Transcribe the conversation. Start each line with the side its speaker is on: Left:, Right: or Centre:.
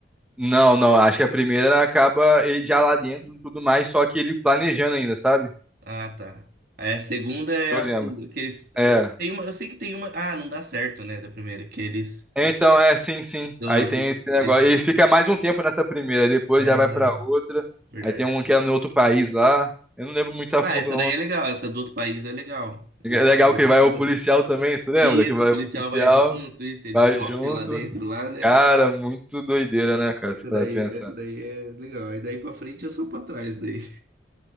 Centre: Não, não, acho que a primeira acaba ele já lá dentro e tudo mais, só que ele planejando ainda, sabe?
Right: Ah, tá. Aí A segunda é
Centre: Eu
Right: a
Centre: lembro.
Right: fuga, que eles
Centre: É.
Right: tem uma, eu sei que tem uma, ah, não dá certo, né, da primeira, que eles
Centre: Então, é, sim, sim.
Right: do,
Centre: Aí
Right: do
Centre: tem esse negócio.
Right: eles,
Centre: E fica mais um tempo nessa primeira, depois
Right: ah,
Centre: já vai pra outra.
Right: verdade.
Centre: Aí tem um que é no outro país lá. Eu não lembro muito a
Right: Ah,
Centre: fundo,
Right: essa
Centre: não.
Right: daí é legal, essa do outro país é legal.
Centre: É
Right: Eu gostei.
Centre: legal que vai
Right: Legal.
Centre: o policial também, tu lembra?
Right: Isso,
Centre: Que vai
Right: o policial
Centre: o policial,
Right: vai junto, isso, ele
Centre: vai
Right: sofre
Centre: junto.
Right: lá dentro lá, né?
Centre: Cara, muito doideira, né, cara?
Right: Essa
Centre: Se parar
Right: daí,
Centre: pra pensar.
Right: essa daí é legal. Aí daí pra frente é só pra trás daí.